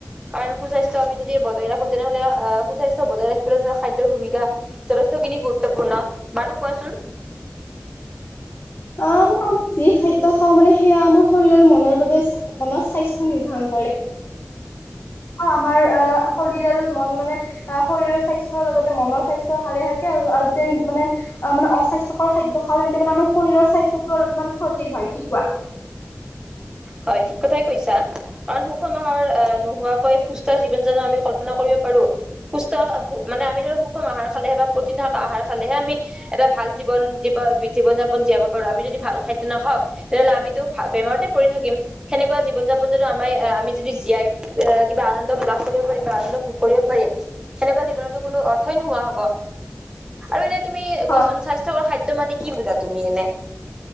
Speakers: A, on the right; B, on the left.
A: কাৰণ সুস্বাস্থ্য আমি যদি বজাই ৰাখো তেনেহ'লে আহ সুস্বাস্থ্য বজাই ৰাখিবলৈ ধৰা খাদ্যৰ ভূমিকা যথেষ্ট। কিনি গুৰুত্বপূৰ্ণ বাৰু কোৱাচোন
B: <unintelligible> অ মানে আমি যি খাদ্য খাওঁ মানে সেয়া আমাৰ শৰীৰৰ মনৰ বাবে মনৰ স্বাস্থ্য নিৰ্ধাৰণ কৰে। আমাৰ অ শৰীৰ আৰু মন মানে অ শৰীৰৰ স্বাস্থ্যৰ লগতে মনৰ স্বাস্থ্য। স্বাস্থ্য ভালে থাকে আৰু যদি আমি মানে অ মানে অস্বাস্থ্যকৰ খাদ্য খাওঁ তেন্তে মানে আমাৰ। শৰীৰৰ স্বাস্থ্যটো অলপমান ক্ষতি হয় কি কোৱা
A: হয় ঠিক কথাই কৈছা কাৰণ সুখ মাহৰ নোহোৱাকৈ সুস্থ জীৱন জানো আমি কল্পনা কৰিব পাৰো। সুস্থ মানে আমি ধৰে সুষম আহাৰ খালে বা প্ৰটিন থকা আহাৰ খালেহে আমি এটা ভাল জীৱন জীৱ জীন যাপন জীয়াব পাৰো আমি যদি ভাল খাদ্য নাখাওঁ তেনেহ'লে আমিতো ভ বেমাৰতে পৰি থাকিম সেনেকুৱা কুৱা জীৱন যাপন যদি আমাৰ আহ আমি যদি জীয়াই আহ কিবা আনন্দ লাভ কৰিব পাৰিম বা আনন্দ ভোগ কৰিব পাৰিম এনেকুৱা জীৱনতো কোনো অৰ্থই নোহোৱা হব আৰু এনে তুমি
B: অ
A: কোৱাচোন স্বাস্থ্যকৰ খাদ্য মানে কি বুজা তুমি এনে